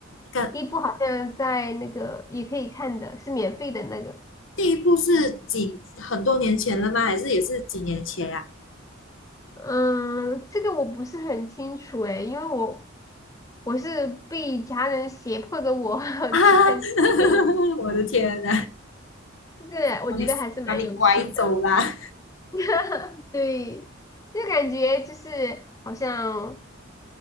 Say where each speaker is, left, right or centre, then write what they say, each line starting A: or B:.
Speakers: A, on the left; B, on the left.
A: 感
B: 第一部好像在那个也可以看的，是免费的那个。
A: 第一部是几很多年前了吗？还是也是几年前呀、
B: 嗯，这个我不是很清楚诶，因为我我是被家人胁迫的我
A: 啊？
B: <laughs> 去看电影，
A: 啊 <laughs> 我的天呐，
B: 就是我觉得还是蛮有趣的。
A: 把你把你拐走啦！
B: <laughs> 对，就感觉就是好像。